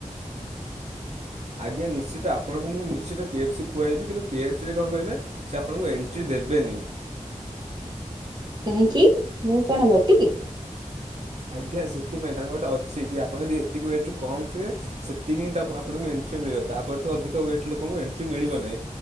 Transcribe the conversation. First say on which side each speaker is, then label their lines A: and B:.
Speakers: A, on the right (about 55°); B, on the right (about 30°).
A: ଆଜ୍ଞା ନିଶ୍ଚିତ ଆପଣଙ୍କୁ ମୁଁ ନିଶ୍ଚିତ କେଏଫ ସ ଖୁଆଇବି କିନ୍ତୁ କେଫ ସରେ କଣ କହିଲେ ସେ ଆପଣଙ୍କୁ ଏଣ୍ଟ୍ରି ଦେ ଦେବେନି
B: <inaudible> କାହିଁକି ମୁଁ କଣ ମୋଟି କି
A: ଆଜ୍ଞା ସେଥିପାଇଁ ତାଙ୍କ ଗୋଟେ ଅଛି କି ଆପଣ ଯଦି ଏତିକି ୱେଟ କମ୍ ଥିବେ ସେତିକି ହିଁ ତା ଆପଣଙ୍କୁ ଏଣ୍ ମିଳିବ ତା ପରଠୁ ଅଧିକ ୱେଟ୍ ଲୋକଙ୍କୁ ଏଣ୍ଟ୍ରି ମିଳିବ ନାହିଁ